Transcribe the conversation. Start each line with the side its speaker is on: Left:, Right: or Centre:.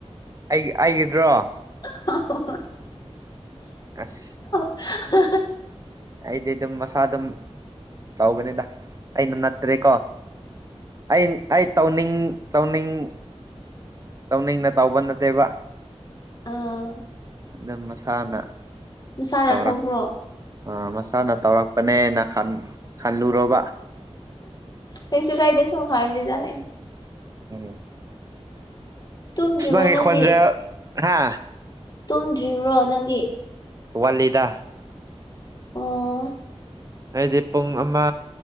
Right: ꯑꯩ ꯑꯩꯒꯤꯗ꯭ꯔꯣ
Left: ꯍꯥ ꯍꯥ ꯍꯥ
Right: ꯑꯁ
Left: ꯍ ꯍꯥ ꯍꯥ
Right: ꯑꯩꯗꯤ ꯑꯗꯨꯝ ꯃꯁꯥꯗꯨꯝ ꯇꯧꯕꯅꯤꯗ ꯑꯩꯅ ꯅꯠꯇ꯭ꯔꯦꯀꯣ ꯑꯩ ꯑꯩ ꯇꯧꯅꯤꯡ ꯇꯧꯅꯤꯡ ꯇꯧꯅꯤꯡꯅ ꯇꯧꯕ ꯅꯠꯇꯦꯕ
Left: ꯑꯥ
Right: ꯑꯗꯨꯝ ꯃꯁꯥꯅ
Left: ꯃꯁꯥꯅ
Right: ꯇꯧꯔꯛ
Left: ꯊꯣꯛꯄ꯭ꯔꯣ
Right: ꯑ ꯃꯁꯥꯅ ꯇꯧꯔꯛ ꯄꯥꯅꯦꯅ ꯈꯟ ꯈꯜꯂꯨꯔꯣꯕ
Left: ꯀꯩꯁꯨ ꯀꯥꯏꯗꯦ ꯁꯨꯝ ꯍꯥꯏꯕꯅꯤꯗ ꯑꯩ
Right: ꯑꯣ
Left: ꯇꯨꯝꯗ꯭ꯔꯤꯕ꯭ꯔꯣ
Right: <unintelligible>
Left: ꯅꯪꯗꯤ
Right: ꯈꯣꯟꯖꯦꯜ ꯍꯥ
Left: ꯇꯨꯝꯗ꯭ꯔꯤꯕ꯭ꯔꯣ ꯅꯪꯗꯤ
Right: ꯑꯁ ꯋꯥꯠꯂꯤꯗ
Left: ꯑꯣ
Right: ꯍꯥꯏꯗꯤ ꯄꯨꯡ ꯑꯃ